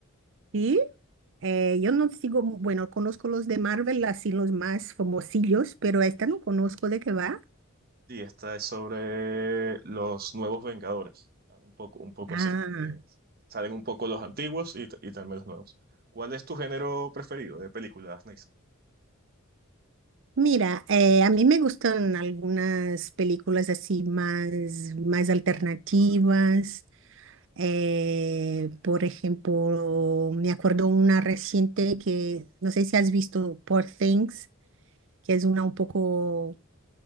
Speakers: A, on the right (about 60°); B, on the right (about 45°).
A: ¿sí? Eh, yo no sigo, mu- bueno, conozco los de Marvel, así los más famosillos, pero esta no conozco de qué va.
B: Sí, esta es sobre los nuevos Vengadores, ah, un poco, un poco
A: Ah.
B: así. Eh, salen un poco los antiguos y, t- y también los nuevos. ¿Cuál es tu género preferido de películas, Neisa?
A: Mira, eh, a mí me gustan algunas películas así más, más alternativas. eh, por ejemplo, me acuerdo una reciente que no sé si has visto Poor Things, que es una un poco